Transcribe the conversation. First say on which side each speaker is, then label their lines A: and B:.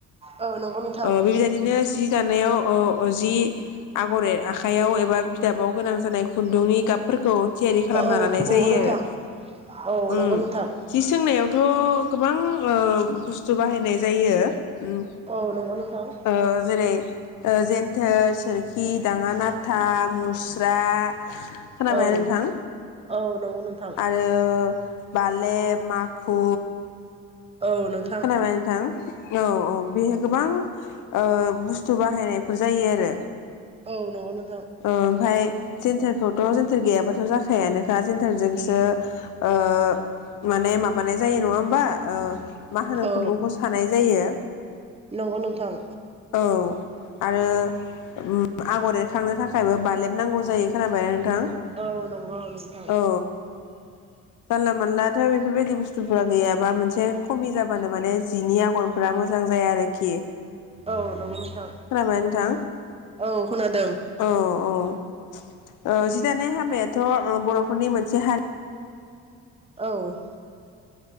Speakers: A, on the right; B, on the left.
A: औ नंगौ नोंथां
B: ओ बेबायदिनो जि दानायाव ओ अ जि आगर आखाइयाव एबा बिदाबाव गोनां जानाय खुन्दुंनि गाबफोरखौ थियारि खालामना
A: औ
B: लानाय
A: नंगौ
B: जायो
A: नोंथां
B: आरो
A: औ
B: उम।
A: नंगौ नोंथां
B: जि थ' गोबां ओ बुस्थु बाहायनाय जायो। उम
A: औ नंगौ नोंथां
B: ओ जेरै जेन्थोर सोरखि दाङा नाथा मुस्रा खोनाबाय
A: औ
B: नोंथां?
A: औ नंगौ नोंथां
B: आरो बालेब माखु
A: औ नोंथां
B: खोनाबाय नोंथां औ औ बेहाय गोबां ओ बुस्थु बाहायनायफोर जायो आरो
A: औ न'आव नों
B: ओ ओमफाय। जेन्टारखौथ' जेन्टार गैयाबाथ' जाखायानोखा जेन्टारजोंसो ओ माने माबानाय जायो नङा होमबा? ओ। मा होनो
A: औ
B: खुन्दुंखौ सानाय जायो।
A: नंगौ नोंथां।
B: औ आरो उम आगर थांनो थाखायबो बालेब नांगौ जायो खोनाबाय ना नों थां
A: औ नंगौ नोंथां
B: औ जानला मानला दा बेफोरबायदि बुस्थुफोरा गैयाबा मोनसे खमि जाबानो माने जिनि आगरफोरा मोजां जाया आरोखि
A: औ नंगौ नों थां
B: खोनाबाय नोंथां
A: औ खोनादों
B: औ औ ओ जि दानाय हाबायाथ बरफोरनि मोनसे हारि
A: औ